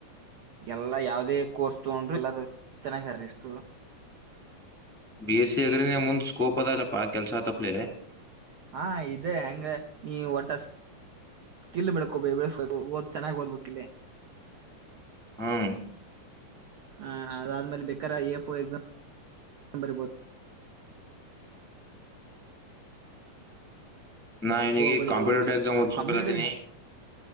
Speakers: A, on the right; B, in the centre.
A: ಎಲ್ಲಾ ಯಾವದೇ ಕೋರ್ಸ್ ತಗೊಂಡ್ರರು ಎಲ್ಲಾರು ಚೆನ್ನಾಗಾರ ಇಷ್ಟು.
B: ಬಿ ಎಸ್ ಸಿ ಅಗ್ರಿ ಮುಂದ್ ಸ್ಕೋಪ್ ಅದಲ್ಲಪ್ಪಾ ಕೆಲ್ಸ ಆತಪ್ಲೆ
A: ಹಾ ಇದೆ ಹೆಂಗ. ನೀ ಒಟ್ಟ ಹಸಿ ಕಿಲ್ಲ ಬೆಳಕೊ ಬೆಳೆಸ್ಬೇಕು ಓದ್ ಚೆನ್ನಾಗ್ ಓದ್ಬೇಕ ಕಿಲ್ಲೇ.
B: ಹ್ಮ
A: ಹ ಅದಾದ್ಮೇಲೆ ಬೇಕ ಎ ಎಫ್ ಎಕ್ಸಾಮ. ಬ ಬ
B: ನಾ ನಿ
A: ಬರಿಬೋದು
B: ಕಂಪಿಟ ಎಾಮಓದು
A: ಕಾಂಪಿಟೇಟಿವ್
B: ಸಕಲ್ಲಾ ತಿ